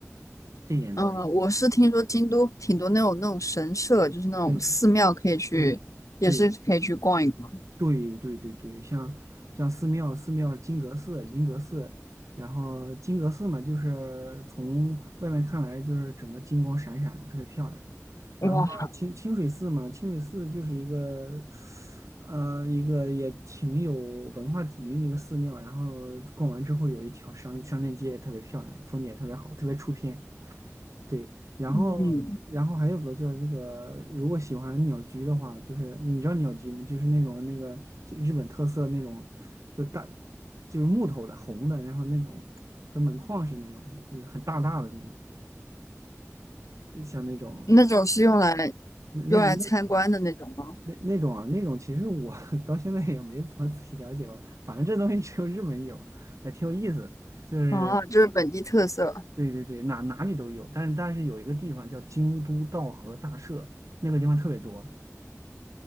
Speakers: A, on the right; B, on the left.
A: 这一点倒是。
B: 嗯，我是听说京都挺多那种那种神社，就是那种寺庙可以去，
A: 对对对。
B: 也是可以去逛一逛。
A: 对对对对，像像寺庙，寺庙金阁寺、银阁寺，然后金阁寺嘛，就是从外面看来就是整个金光闪闪的，特别漂亮。然后清清水寺嘛，
B: 哇，
A: 清水寺就是一个呃一个也挺有文化底蕴的一个寺庙。然后逛完之后有一条商商店街也特别漂亮，风景也特别好，特别出片。对，然后然后还有个就是这个，
B: 嗯，
A: 如果喜欢鸟居的话，就是你知道鸟居吗？就是那种那个就日本特色那种，就大就是木头的红的，然后那种跟门框似的那种，就是很大大的那种，就像那种
B: 那种是用来
A: 那那那
B: 用来参观的那种吗？
A: 那那种啊，那种其实我 <laughs> 到现在也没怎么仔细了解过，反正这东西只有日本有，还挺有意思。就是
B: 啊，就是本地特色。
A: 对对对，哪哪里都有，但是但是有一个地方叫京都道和大社，那个地方特别多。